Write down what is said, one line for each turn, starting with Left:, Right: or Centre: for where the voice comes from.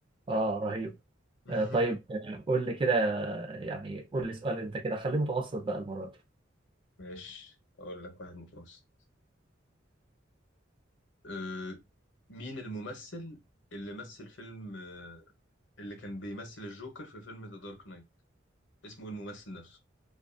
Right: اه رهيب
Left: <laughs>
Right: آه طيب آه، قول لي كده آه، يعني قول لي سؤال انت كده خليه متوسط بقى المره دي
Left: ماشي اقول لك واحد متوسط آه. مين الممثل اللي مثل فيلم آه. اللي كان بيمثل الجوكر في فيلم ذا دارك نايت اسمه إيه الممثل نفسه